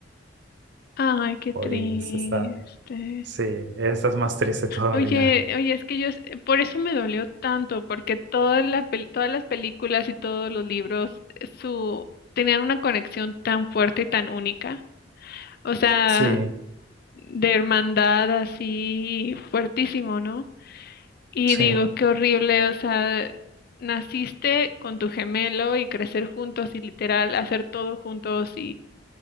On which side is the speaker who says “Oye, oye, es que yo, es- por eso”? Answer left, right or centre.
Left